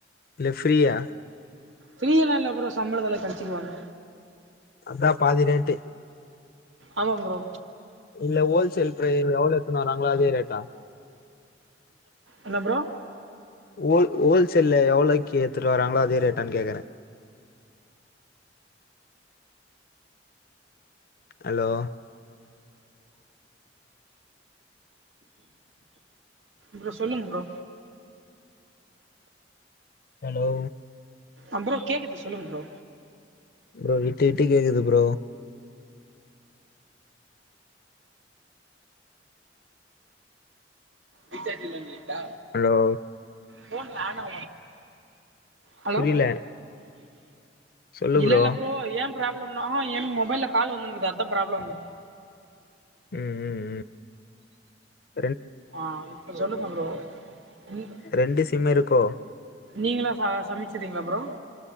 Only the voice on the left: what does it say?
ஃப்ரியா
அதான் பாதி ரெண்டு
இல்ல ஹோல்சேல் பரை எவ்வளோ எத்தன வறாங்கள அதே ரேட்டா
ஹோல் ஹோல்சேல்லல எவ்வளோக்கு ஏடுத்துட்டு வராங்களோ அதே ரேட்டான்னு கேக்குறேன் ஹலோ
ஹலோ
ப்ரோ இட்டு இட்டு கேக்குது ப்ரோ
ஹலோ
புரில சொல்லு
ப்ரோ.
ஹ்ம் ஹ்ம் ஹ்ம்
ரெண்டு சிம் இருக்கோ